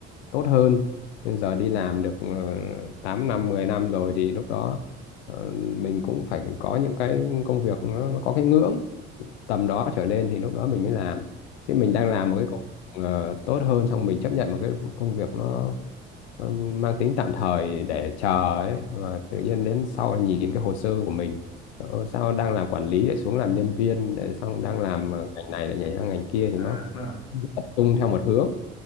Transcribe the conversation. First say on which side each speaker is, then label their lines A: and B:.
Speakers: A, on the left; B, on the left.
A: tốt hơn. Nhưng giờ đi làm được uh, 8 năm, 10 năm rồi thì lúc đó ờ, mình cũng phải có những cái công việc nó có cái ngưỡng tầm đó trở lên thì lúc đó mình mới làm chứ mình
B: ừ.
A: đang làm một cái công việc ờ, tốt hơn xong mình chấp nhận một cái công việc nó ờ, mang tính tạm thời để chờ ấy và tự nhiên đến sau nhìn cái hồ sơ của mình ờ, sao đang làm quản lý lại xuống làm nhân viên để xong
B: <laughs>
A: đang làm ờ, ngành này lại nhảy sang ngành kia thì
B: à,
A: nó
B: đúng rồi
A: tập trung theo một hướng